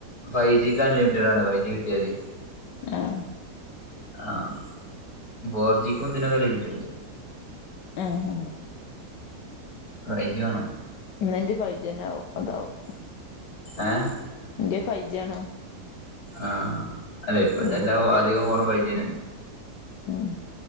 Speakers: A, on the left (about 60°); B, on the left (about 85°).
A: ഫൈ ജി ക്ക് അൺലിമിറ്റഡാണ് ഫൈ ജി കിട്ട്യാല്
B: ആഹ്
A: ആഹ് ഫോർജീക്കും ഇതിനൊക്കെ ലിമിറ്റ്ണ്ട്
B: ആഹ്
A: ഫൈജിവാണം
B: ന്നന്റെ ഫൈജ്യന്ന്യാവും അതാവും
A: ആഹ്
B: ന്റെ ഫൈജ്യാണ്
A: ആഹ് അല്ല ഇപ്പത്തല്ലാം
B: ഉം
A: ഒ അധിക ഫോണും ഫൈജ്യന്നെ
B: ഉം